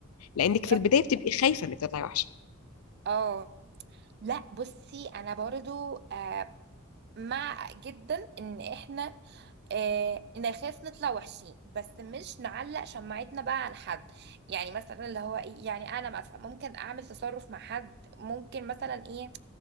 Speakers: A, on the left; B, on the right.
A: لانك
B: بالظبط
A: في البدايه بتبقي خايفه انك تطلعي وحشه
B: اه لا بصي انا برضو آه مع جدا ان احنا آه نخاف نطلع وحشين بس مش نعلق شماعتنا بقى على حد يعني مثلا اللي هو ايه يعني انا مثلا ممكن اعمل تصرف مع حد ممكن مثلا ايه